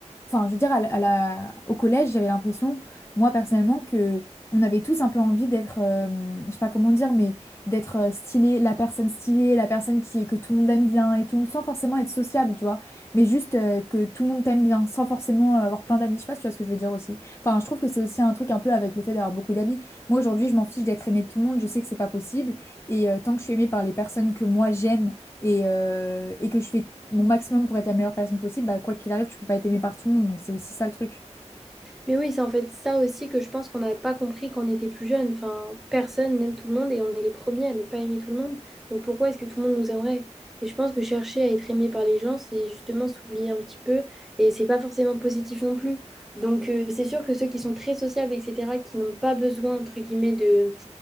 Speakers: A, on the left (about 20°); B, in the centre.
A: Enfin, je veux dire, à la- à la- au collège, j'avais l'impression moi personnellement, que on avait tous un peu envie d'être, euh, je sais pas comment dire, mais d'être euh, stylé, la personne stylée, la personne qui, que tout le monde aime bien et tout, sans forcément être sociable, tu vois, mais juste euh, que tout le monde t'aime bien, sans forcément euh, avoir plein d'amis. Je sais pas si tu vois ce que je veux dire aussi. Enfin, je trouve que c'est aussi un truc un peu avec le fait d'avoir beaucoup d'amis. Moi aujourd'hui, je m'en fiche d'être aimée de tout le monde, je sais que c'est pas possible, et euh, tant que je suis aimée par les personnes que moi j'aime et, euh, et que je fais mon maximum pour être la meilleure personne possible, bah, quoi qu'il arrive, tu peux pas être aimée par tout le monde, donc c'est aussi ça le truc.
B: Mais oui, c'est en fait ça aussi que je pense qu'on n'avait pas compris quand on était plus jeune. Enfin, personne n'aime tout le monde et on est les premiers à ne pas aimer tout le monde. Donc pourquoi est-ce que tout le monde nous aimerait? Et je pense que chercher à être aimé par les gens, c'est justement s'oublier un petit peu et c'est pas forcément positif non plus. Donc euh, c'est sûr que ceux qui sont très sociables, etc., qui n'ont pas besoin, entre guillemets, de